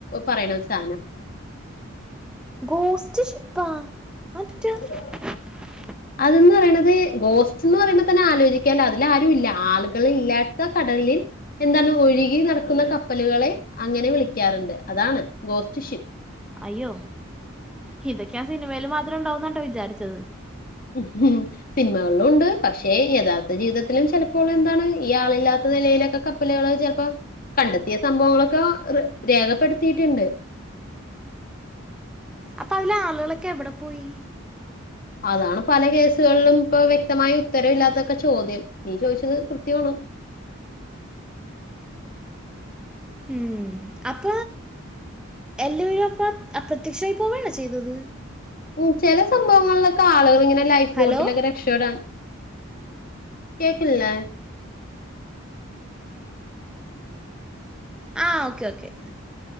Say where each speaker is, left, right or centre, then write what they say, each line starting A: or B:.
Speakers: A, on the left; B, in the centre.
A: പറയണ സാധനം
B: ഗോസ്റ്റ് ഷിപ്പാ അതെറ്റാ
A: <inaudible>
B: <inaudible>
A: അതന്ന് പറയണത് ഗോസ്റ്റ്ന്ന് പറയുമ്പോ തന്നെ ആലോചിക്കാല അതില ആരും ഇല്ല ആളുകൾ ഇല്ലാത്ത കടലിൽ എന്താണ് ഒഴുകി നടക്കുന്ന കപ്പലുകളെ അങ്ങനെ വിളിക്കാറുണ്ട് അതാണ് ഗോസ്റ്റ്ഷിപ്പ
B: അയ്യോ ഇതൊക്കെയ ആ സിനിമൽ മാത്രം ഉണ്ടാവന്നട്ടോ വിചാരിച്ചത്
A: ഉം സിനിമകളിലും ഉണ്ട് പക്ഷേ യഥാർത്ഥ ജീവിതത്തിലും ചിലപ്പോൾ എന്താണ് ഈ ആളില്ലാത്ത നിലയിലൊക്കെ കപ്പല് പ്പല്കള് ചെലപ്പോ കണ്ടെത്തിയ സംഭവങ്ങളൊക്കെ രേഖപ്പെടുത്തിയിട്ടുണ്ട്
B: അപ്പൊ അതിലെ ആളുകളൊക്കെ എവിടെ പോയി
A: അതാണ് പല കേസുകളിലും ഇപ്പൊ വ്യക്തമായ ഉത്തരവില്ലാത്തൊക്കെ ചോദ്യം നീ ചോദിച്ചത് കൃത്യമാണ്
B: ഇമ് അപ്പ എല്ലാവരും അപ്പ അപ്രത്യക്ഷമായിപ്പോവേണോ ചെയ്തത്
A: ഉ ചില സംഭവങ്ങളിലൊക്കെ ആളുകൾ ഇങ്ങനെ ലൈഫ്
B: ഹലോ
A: ബോട്ടിലൊക്കെ അക്ഷരാ കേക്കില്ലെ
B: ആഹ് ഓക്കെ ഓക്കെ